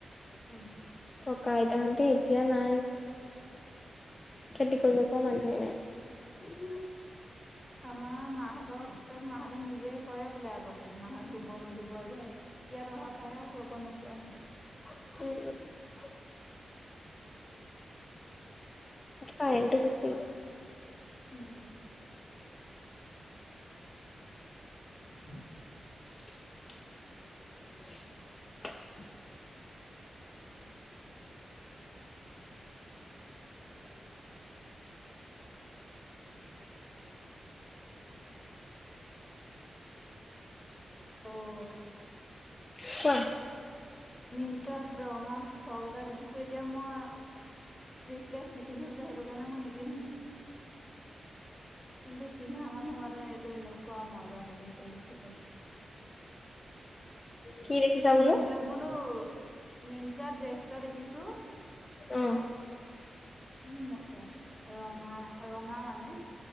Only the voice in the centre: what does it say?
উম <unintelligible>
আমাৰ মাহঁত তাত মাহঁতে নিজে কৰে বোলে আগতে মাহঁত ৰুব মেলিব যায়। <unintelligible> ইয়াত অহাৰ পাই আৰু কৰিব নোপোৱা হ'ল। <unintelligible>
উম <inaudible> অ <unintelligible>
অ <unintelligible>
মিন্ত্ৰাত ৰঙা ফ্ৰক এটা দেখিছোঁ এতিয়া মই <unintelligible> শ্লিভলেছ নিপিন্ধো যে সেইটো কাৰণে মই নিপন্ধিম। <unintelligible> কিন্তু পিন্ধা মানুহৰ কাৰণে এইটো এনেকুৱা মজা লাগিছে দেখিবলৈ। <unintelligible>
মিন্ট্ৰাত বোলো মিট্ৰাত ড্ৰেছ এটা দেখিছোঁ। <unintelligible>
কি মজা ৰঙা? ৰঙা মানে। <unintelligible>